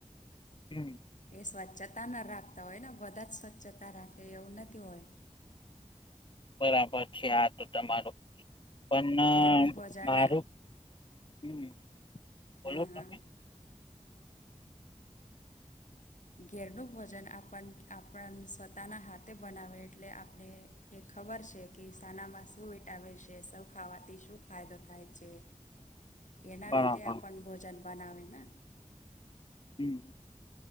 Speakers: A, on the left; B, on the left.
A: હમ
B: એ સ્વચ્છતા ન રાખતા હોય ને બધા જ સ્વચ્છતા રાખે એવું નથી હોય
A: બરાબર છે, આ તો તમારું પન
B: ઘેરનું ભોજન
A: મારું હમ. બોલો
B: હા હા.
A: તમે
B: ઘેરનું ભોજન આપણ આપણ સ્વતાના હાથે બનાવે એટલે આપણે એ ખબર છે, કે સાનામાં શું વિટામિન છે સૌ ખાવાથી શું ફાયદો થાય છે.
A: <inaudible>
B: એના
A: બરાબર
B: રીતે આપન ભોજન બનાવે ને
A: હમ